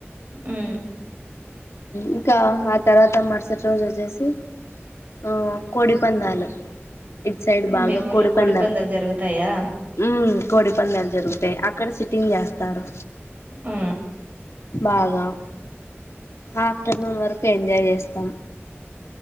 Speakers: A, on the right; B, on the left.
A: హ్
B: ఇంకా ఆ తర్వాత మరుసటి రోజు వచ్చేసి ఆ కోడిపందాలు ఇట్ సైడ్ బాగా
A: మీ ఊర్లో
B: కోడిపందాలు
A: జరుగుతాయా?
B: హ్ కోడిపందాలు జరుగు తయి అక్కడ సిట్టింగ్ చేస్తారు.
A: ఆ
B: బాగా ఆఫ్టర్నూన్ వరకు ఎంజాయ్ చేస్తాం.